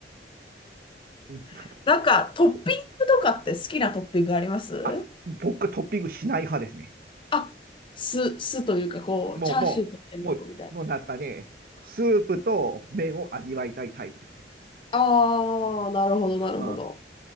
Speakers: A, on the right; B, on the left.
A: うん
B: <laughs> なんか、トッピングとかって好きなトッピングあります
A: あ、僕トッピングしない派ですね。
B: あ、酢、酢というか、こう、
A: もう、
B: チャーシューと麺なのみたいな。
A: もう、もう、もうなんですかね、スープと麺を味わいたいタイプですね。
B: ああ、
A: うん
B: なるほど、なるほど。
A: うん